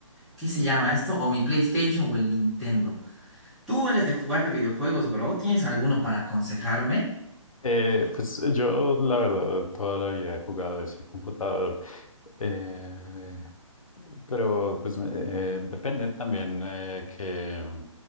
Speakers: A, in the centre; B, on the left (about 80°).
A: ¿qué se llama esto? O mi PlayStation o el Nintendo. Tú eres de jugar videojuegos, bro. ¿Tienes alguno para aconsejarme?
B: Eh, pues yo la verdad toda la vida he jugado ese computador. Eh, Pero pues me- eh, depende también eh, qué,